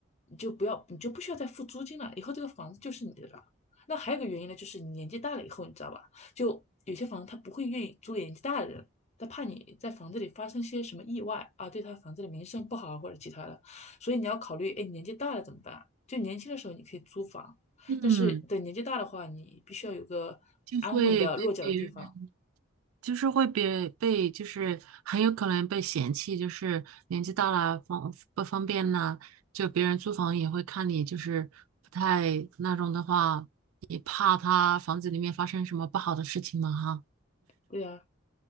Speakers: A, on the left; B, on the right.
A: 你就不要，你就不需要再付租金了，以后这个房子就是你的了。那还有一个原因呢，就是你年纪大了以后，你知道吧？就有些房子他不会愿意租给年纪大的人，他怕你在房子里发生些什么意外啊，对他房子的名声不好或者其他的，所以你要考虑，哎，你年纪大了怎么办？就年轻的时候你可以租房，
B: 嗯，
A: 但是等年纪大的话，你必须要有个安稳的落脚的地方。
B: 就会被别人。就是会被被，就是很有可能被嫌弃，就是年纪大了方不方便呐，就别人租房也会看你，就是不太那种的话，也怕他房子里面发生什么不好的事情嘛哈，
A: 对呀、